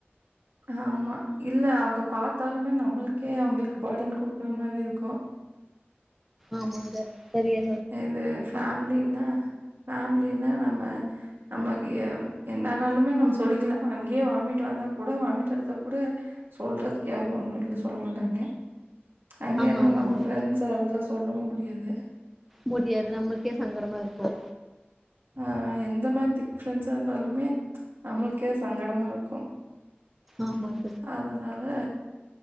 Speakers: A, on the right; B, in the centre.
A: ஆம்மா இல்ல அவுங்க பாத்தாலுமே நம்மளுக்கே அவங்களுக்கு பேர்டன் குடுக்குற மாதிரி இருக்கோ
B: ஆமாங்க செரியா
A: இது ஃபேமிலின்னா ஃபேமிலின்னா நம்ம நம்மக்கி என்னனாலுமே நம்ம சொல்லிக்கில அங்கேயே வாமிட் வந்தா கூட வாமிட் எடுத்தா கூட சொல்றதுக்கு யாரு ஒண்ணுல்ல சொல்ல மாட்டாங்க அங்கே
B: ஆமா
A: என்னனா
B: ஆமாங்க
A: நம்ம பிரெண்ட்ஸ் அதெல்லா சொல்லவூ முடியாது
B: முடியாது நம்மளுக்கே சங்கடமா இருக்கே
A: ஆ எந்த மாத் திக் ப்ரெண்ட்ஸா இருந்தாலுமே நம்மளுக்கே சங்கடமா இருக்கூ
B: ஆமாங்
A: அதுனால